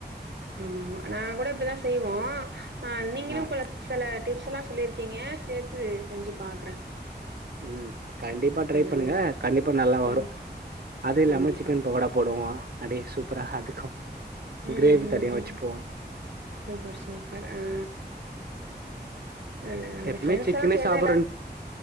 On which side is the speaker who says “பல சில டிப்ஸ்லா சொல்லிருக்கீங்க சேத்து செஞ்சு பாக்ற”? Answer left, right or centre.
Right